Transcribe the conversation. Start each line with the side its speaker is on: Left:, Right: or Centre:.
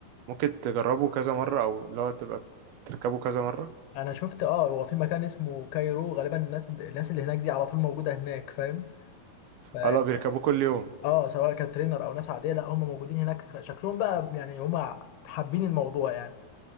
Right: ممكن تجربه كذا مره او اللي هو تبقى بتركبه كذا مره
Left: انا شفت اه هو في مكان اسمه كايرو غالبا الناس الناس اللي هناك دي على طول موجوده هناك فاهم ف-
Right: اه لا بيركبوه كل يوم
Left: اه سواء كترينر او ناس عاديه لا هم موجودين هناك شكلهم بقى يعني هم حابين الموضوع يعني